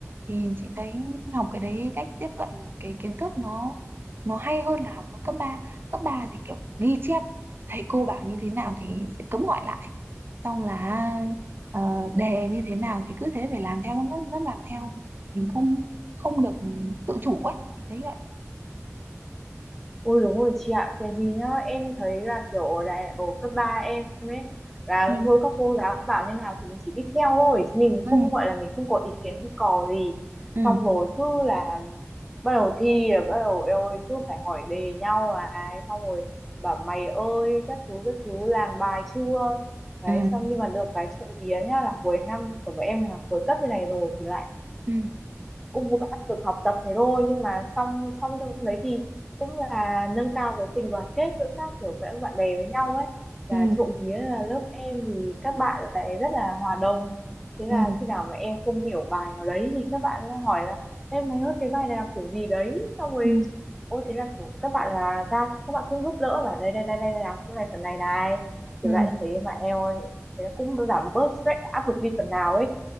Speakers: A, on the right (about 45°); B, in the centre.
A: thì chị thấy học cái đấy cách tiếp cận cái kiến thức nó nó hay hơn là học với cấp ba cấp 3 thì kiểu ghi chép thầy cô bảo như thế nào thì sẽ cấm hỏi lại xong là ờ, đề như thế nào thì cứ thế phải làm theo lắm lắm làm theo mình không không được tự chủ ấy chị thấy vậy
B: Ôi đúng rồi chị ạ, tại vì nhá, em thấy là kiểu ở đại ở cấp 3 em ấy là
A: ừ
B: thôi các cô giáo bảo như nào thì mình chỉ biết theo thôi, chứ mình
A: ừ
B: không gọi là mình không có ý kiến ý cò gì.
A: ừ
B: Xong rồi cứ là bắt đầu thi là bắt đầu eo ơi cứ phải hỏi đề nhau này, xong rồi bảo mày ơi các thứ các thứ làm bài chưa? Đấy
A: ừ
B: xong nhưng mà được cái trộm vía nhá là cuối năm của bọn em là cuối cấp như này rồi thì lại
A: ừ
B: cũng vừa áp lực học tập thế thôi nhưng mà xong xong trong đấy thì cũng là nâng cao cái tình đoàn kết giữa các kiểu các bạn bè với nhau ấy là
A: ừ
B: trộm vía là lớp em thì các bạn lại rất là hòa đồng thế là
A: ừ
B: khi nào mà em không hiểu bài nào đấy thì các bạn hỏi là em mày ơi cái bài này làm kiểu gì đấy xong rồi
A: ừ
B: ô thế là kiểu các bạn là ra các bạn cũng giúp đỡ và đây đây đây đây đây là chỗ này phần này này kiểu
A: ừ
B: dạng như thế mà em ơi thế là cũng giảm bớt stress áp lực đi phần nào ấy